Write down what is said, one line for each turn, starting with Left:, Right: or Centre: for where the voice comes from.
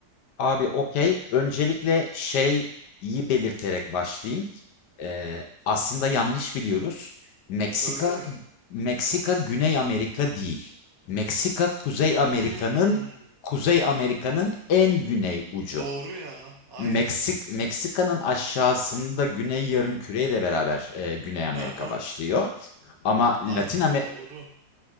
Left: Abi okey. Öncelikle şeyi belirterek başlayayım. Ee, aslında yanlış biliyoruz. Meksika
Right: Öyle mi?
Left: Meksika Güney Amerika değil. Meksika Kuzey Amerika'nın
Right: Hmm,
Left: Kuzey Amerika'nın en güney ucu.
Right: doğru ya. Aynen.
Left: Meksik Meksika'nın aşağısında Güney Yarımküre ile beraber e, Güney Amerika
Right: Hı hı.
Left: başlıyor. Ama Latin
Right: Aynen
Left: Amer-
Right: doğru.